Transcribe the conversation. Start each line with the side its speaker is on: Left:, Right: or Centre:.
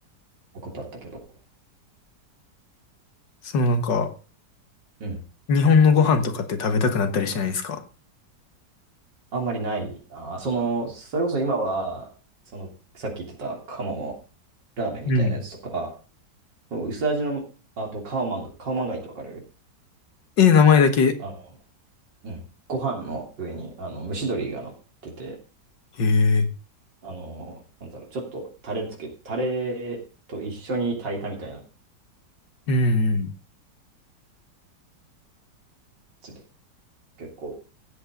Right: ことあったけど、
Left: そのなんか、
Right: うん。
Left: 日本のご飯とかって食べたくなったりしないですか
Right: あんまりないな。その、それこそ今は、その、さっき言ってた鴨のラーメンみたいなやつとか、
Left: うん。
Right: そう薄味の、あと、カオマンガ、カオマンガイってわかる
Left: え、名前だけ。
Right: あの、うん。ご飯の上に、あの、蒸し鶏が乗ってて、
Left: へえ。
Right: あの、なんだろう、ちょっとタレつけ、タレと一緒に炊いたみたいなや
Left: うんうん。
Right: つで、結構、